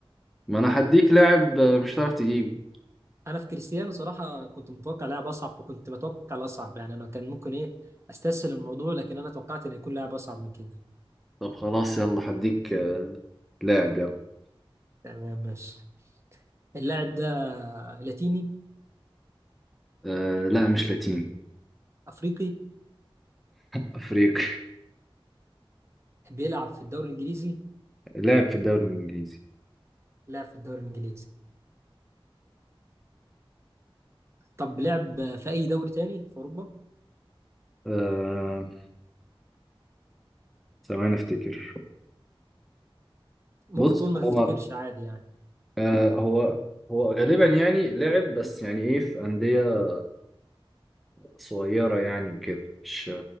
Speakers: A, in the centre; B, on the right (about 30°).
A: ما أنا هديك لاعب آه، مش هتعرف تجيبه
B: انا في كريستيانو صراحه كنت متوقع لاعب اصعب فكنت بتوقع الاصعب يعني انا كان ممكن ايه استسهل الموضوع لكن انا توقعت ان يكون لاعب اصعب من كده
A: طب خلاص يلا هديك آه، لاعب يلا
B: تمام ماشي اللاعب ده لاتيني
A: آه، لا مش لاتيني
B: افريقي
A: أفريقي
B: بيلعب في الدوري الانجليزي
A: لعب في الدوري الإنجليزي
B: لعب في الدوري الانجليزي طب لعب في اي دوري تاني في اوروبا
A: آه، ثواني أفتكر
B: ممكن
A: بص
B: تقول ما تفتكرش
A: هو
B: عادي يعني
A: آه هو هو غالبا يعني لعب بس يعني ايه في أندية صغيرة يعني وكده مش